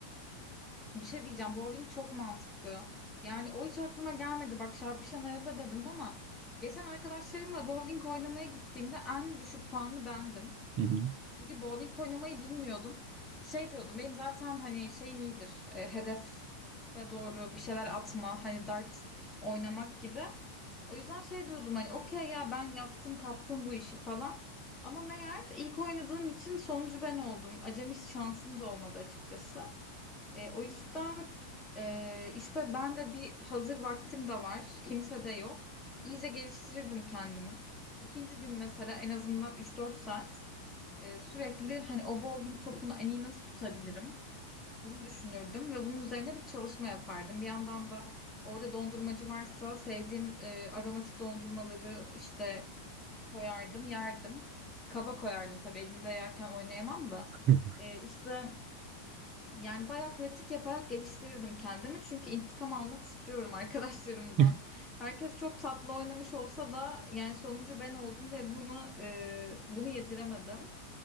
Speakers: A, on the left; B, on the right.
A: Bir şey diyeceğim. Bowling çok mantıklı. Yani o hiç aklıma gelmedi. Bak çarpışan araba dedim ama geçen arkadaşlarımla bowling oynamaya gittiğimde en düşük puanlı bendim.
B: Hı hı.
A: Çünkü bowling oynamayı bilmiyordum. Şey diyordum benim zaten hani şeyim iyidir. e, hedefe doğru bir şeyler atma hani dart oynamak gibi. O yüzden şey diyordum hani okey ya ben yaptım kaptım bu işi falan. Ama meğer ilk oynadığım için sonucu ben oldum. Acemi şansım da olmadı açıkçası. E, o yüzden e, işte ben de bir hazır vaktim de var. Kimse de yok. İyice geliştirirdim kendimi. İkinci gün mesela en azından 3-4 saat e, sürekli hani o bowling topunu en iyi nasıl tutabilirim? Bunu düşünürdüm ve bunun üzerine bir çalışma yapardım. Bir yandan da orada dondurmacı varsa sevdiğim e, aromatik dondurmaları işte koyardım, yerdim. Kaba koyardım tabii elimde yerken oynayamam da.
B: <laughs>
A: E, işte yani bayağı pratik yaparak geliştirirdim kendimi. Çünkü intikam almak istiyorum <laughs> arkadaşlarımdan.
B: Hı
A: Herkes çok tatlı oynamış olsa da yani sonucu ben oldum ve bunu e, bunu yediremedim.